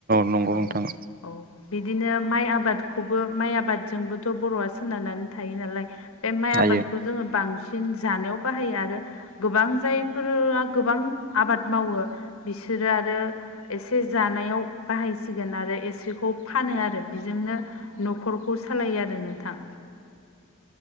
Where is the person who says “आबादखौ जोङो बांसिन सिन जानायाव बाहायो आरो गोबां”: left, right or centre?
Left